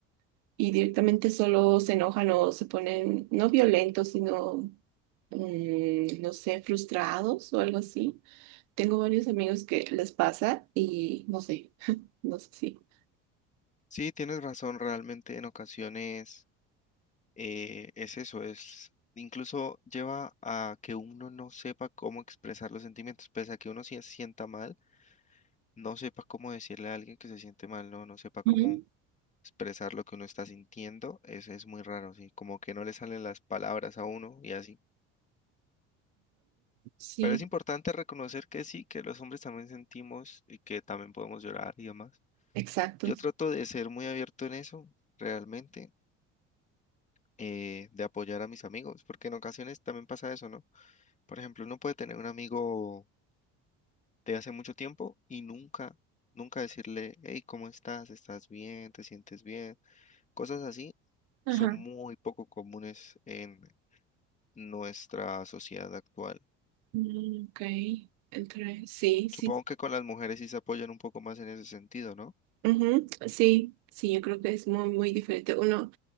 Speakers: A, on the right; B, on the left.
A: y directamente solo se enojan o se ponen no violentos, sino, mm, no sé, frustrados o algo así. Tengo varios amigos que les pasa y no sé, <laughs> no sé si.
B: Sí, tienes razón, realmente en ocasiones eh, es eso, es incluso lleva a que uno no sepa cómo expresar los sentimientos, pese a que uno sí se sienta mal, no sepa cómo decirle a alguien que se siente mal, no, no sepa cómo
A: Ujú.
B: expresar lo que uno está sintiendo, es es muy raro, sí, como que no le salen las palabras a uno y así.
A: Sí,
B: Pero es importante reconocer que sí, que los hombres también sentimos y que también podemos llorar y demás.
A: exacto.
B: Yo trato de ser muy abierto en eso, realmente, eh, de apoyar a mis amigos, porque en ocasiones también pasa eso, ¿no? Por ejemplo, uno puede tener un amigo de hace mucho tiempo y nunca, nunca decirle, hey, ¿cómo estás? ¿Estás bien? ¿Te sientes bien? Cosas así
A: Ajá.
B: son muy poco comunes en nuestra sociedad actual.
A: Mm, Ok, entre, sí, sí.
B: Supongo que con las mujeres sí se apoyan un poco más en ese sentido, ¿no?
A: Ujú, Sí, sí, yo creo que es muy, muy diferente. Uno,